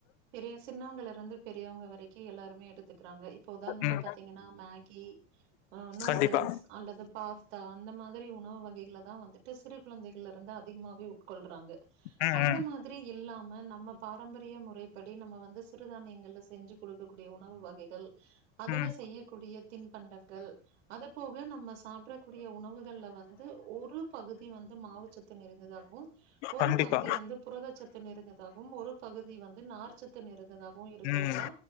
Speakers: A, on the right; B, on the left.
A: பெரிய சின்னவங்கள்லுருந்து பெரியவங்க வரைக்கி எல்லாருமே எடுத் துக்கிறாங்க இப்போ உதாரணமா
B: ம்
A: பாத்தீங்கன்னா மேகி நூடுல்ஸ்
B: கண்டிப்பா
A: அல்லது பாஸ் தா அந்த மாதிரி உணவு வகைகள தா வந்துட்டு சிறு குழந்தைகள்லருந்து அதிகமாவே உட்கொள்றாங்க
B: ம்
A: அந்த
B: ம்
A: மா திரி இல்லாம நம்ம பாரம்பரிய முறைப்படி நம்ம வந்து சிறுதானியங்கள்ல செஞ்சு குடுத் இருக்கக்கூடிய உணவு வகைகள் அதுல
B: ம்
A: செய்யக்கூடிய தின்பண்டங்கள் அத போக நம்ம சாப்டர கூடிய உணவுகள்ல வந்து ஒரு பகுதி வந்து மாவு சத்து நிறைந்ததாகவும் ஒரு
B: கண்டிப்பா
A: பகுதி வந்து புரதச்சத்து நிறைந்ததாகவும் ஒரு பகுதி வந்து நார்ச்சத்து நிறைந்ததாகவும் இருக்கிறது
B: ம்
A: தா